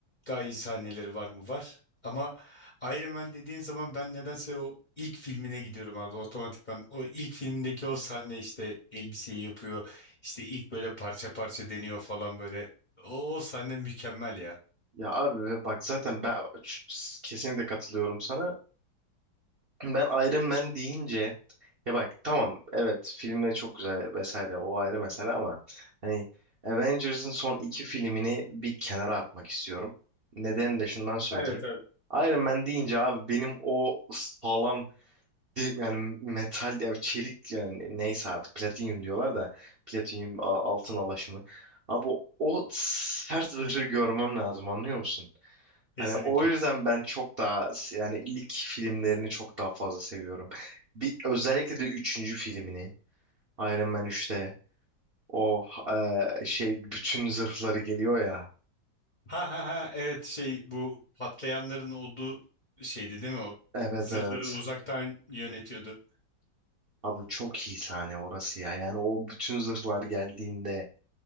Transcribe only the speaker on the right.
Ya abi bak zaten ben kesinlikle katılıyorum sana. Ben Iron Man deyince ya bak tamam evet filmler çok güzel vesaire o ayrı mesele ama hani Avengers'ın son iki filmini bir kenara atmak istiyorum. Neden de şundan söyleyeyim.
Iron Man deyince abi benim o sağlam de- yani metal ya çelik yani neyse artık platinyum diyorlar da platinyum a- altın alaşımı. Abi o sert zırhı görmem lazım anlıyor musun?
Hani o yüzden ben çok daha yani ilk filmlerini çok daha fazla seviyorum. Bir, özellikle de üçüncü filmini Iron Man üçte o e, şey bütün zırhları geliyor ya.
Evet
evet.
Abi çok iyi sahne orası ya. Yani o bütün zırhlar geldiğinde